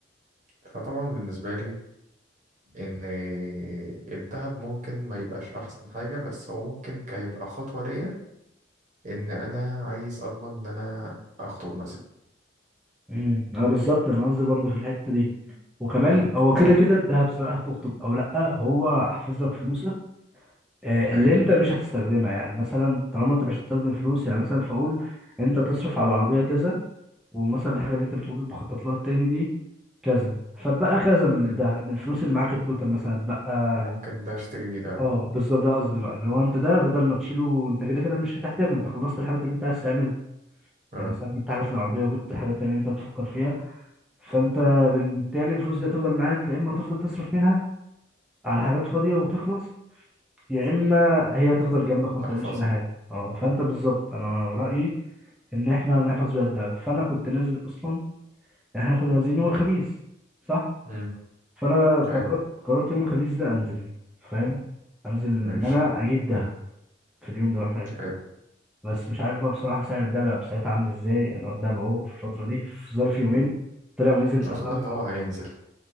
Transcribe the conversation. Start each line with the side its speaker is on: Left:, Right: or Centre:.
Right: فطبعا بالنسبه لي ان الذهب ممكن ما يبقاش احسن حاجة بس هو ممكن كيبقى خطوة ليا ان انا عايز اضمن ان انا اخطب مثلا
Centre: امم اه بالظبط انا قصدي برضه في الحته دي وكمان
Right: امم
Centre: هو كده كده الذهب سواء هتخطب او لا هو حافظ لك فلوسك آه، اللي
Right: ايوه
Centre: انت مش هتستخدمها يعني مثلا طالما انت مش هتستخدم فلوس يعني مثلا فاقول انت تصرف على العربيه كذا ومثلا الحاجه اللي انت بتقول بخطط لها التاني دي كذا فبقى كذا من
Right: امم
Centre: الذهب من الفلوس اللي معاك التوتال مثلا بقى
Right: ممكن ده اشتري بيه دهب
Centre: اه
Right: بقى.
Centre: بالظبط ده قصدي بقى اللي هو انت ده بدل ما تشيله انت كده كده مش هتحتاجه انت خلصت الحاجات اللي انت عايز تعملها
Right: اه
Centre: يعني مثلا جبت حاجات للعربيه وجبت الحاجات التانيه اللي انت بتفكر فيها فانت بالتالي الفلوس دي هتفضل معاك يا اما هتفضل تصرف منها على حاجات فاضيه وتخلص يا اما هي هتفضل جنبك ما بتعملش
Right: احفظها
Centre: بيها حاجه اه فانت بالظبط انا رايي ان احنا نحفظ بيها الدهب فانا كنت نازل اصلا يعني احنا كنا نازلين يوم الخميس صح
Right: امم
Centre: فانا قررت
Right: ايوه
Centre: قررت يوم الخميس ده انزل فاهم انزل ان
Right: ماشي
Centre: انا اجيب دهب في اليوم ده واحنا قاعدين.
Right: حلو
Centre: بس مش عارف بقى بصراحه سعر الدهب هيبقى ساعتها عامل ازاي انا الدهب اهو في الفتره دي في ظرف يومين طلع ونزل بتاع
Right: اظن
Centre: ثلاث
Right: ان هو
Centre: مرات
Right: هينزل